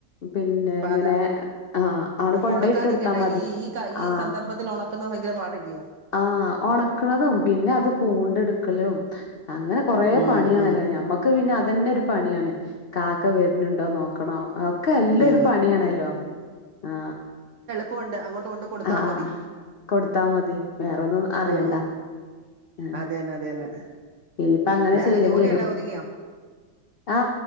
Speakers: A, on the left; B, on the right.
A: പിന്നെ
B: അപ്പൊ
A: ഇങ്ങനെ
B: അതാ
A: ആ ആണ് കൊണ്ടോയി
B: ഉണക്കാൻ
A: ഇട്ടു കൊടുത്താ
B: നിക്കണ്ട
A: മതി
B: ഈ ഈ ഈ
A: ആ
B: സന്ദർഭത്തിൽ ഉണക്കുന്നത് ഭയങ്കര പാടല്ലയോ
A: ആ ഒണക്കണതും പിന്നെ അത് പൂണ്ടെടുക്കലും അങ്ങനെ കൊറെ
B: ഉം
A: പണിയാണല്ലോ
B: ഉം
A: ഞമ്മക്ക് പിന്നെ അതന്നെ ഒരു പണിയാണ് കാക്ക വരുന്നുണ്ടോ നോക്കണം അതൊക്കെ നല്ലൊരു
B: ഉം
A: പണിയാണല്ലോ ആ
B: പ്പൊണ്ട് അങ്ങോട്ട് കൊണ്ട് കൊടുത്താ
A: ആഹ്
B: മതി
A: കൊടുത്താ മതി, വേറൊന്നും അറിയണ്ട
B: ഉം
A: ആഹ്
B: അത് തന്നെ അത് തന്നെ
A: ഇനിയിപ്പ അങ്ങനെ
B: രാവിലെ
A: ചെയ്യേണ്ടി
B: ജോലിയെല്ലാം
A: വരും
B: ഒതുങ്ങിയോ
A: ആ